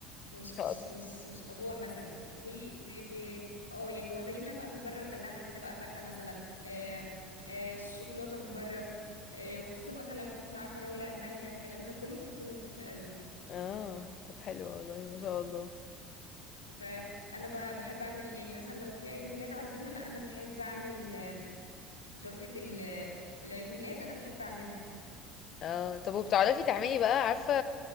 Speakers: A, on the left; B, on the left.
A: مش
B: ت-
A: مش مش مش ادوار مثلا و ب ب اه يعني وازينها بقى من بره وادلعها كده بقى فاكهه مثلا آم، آه، الشوكولاته من بره آه، وخصوصا مثلا لو تحطي معاها فراوله مانجا الكلام ده كله بتكون لطيفه قوي
B: اه طب حلو والله ما شاء الله
A: فانا بقى بحب اعمل يعني مثلا لو في عيد ميلاد عندنا لا انا بحب اعمل آه، تورته ال- آه، العيد ميلاد انا بحب اعملها
B: اه طب وبتعرفي تعملي بقى عارفة